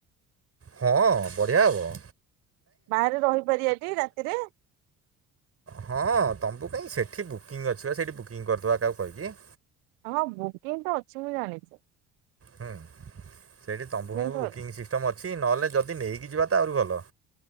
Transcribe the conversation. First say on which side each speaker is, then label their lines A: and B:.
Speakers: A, on the right; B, on the right.
A: ହଁ ବଢିଆ ହବ।
B: ବାହାରେ ରହିପାରିବାଯେ ଆଜି ରାତିରେ
A: ହଁ ତମୁ କାଇହିଁ ସେଇଠି ବୁକିଂ ଅଛି। ବା ସେଇଠି ବୁକିଂ କରିଦେବା କାହାକୁ କହିକି
B: ହଁ ବୁକିଂ ତ ଅଛି ମୁଁ ଜାଣିଛି।
A: ହୁଁ ସେଇଠି ତମ୍ବୁ
B: ତ
A: ବୁକିଂ
B: ଅଛି
A: ସିଷ୍ଟମ୍ ଅଛି ନହେଲେ ଯଦି ନେଇକି ଯିବା ତା ଆହୁରି ଭଲ।